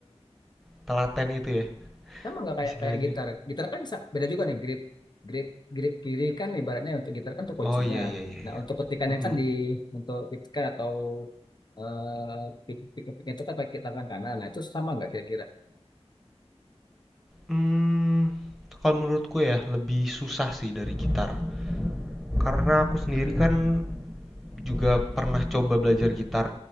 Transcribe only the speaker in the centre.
setelaten itu ya
istilahnya.
Oh iya iya iya
iya.
Mm-mm.
Hmm, kalau menurutku ya lebih susah sih dari gitar. Karena aku sendiri kan juga pernah coba belajar gitar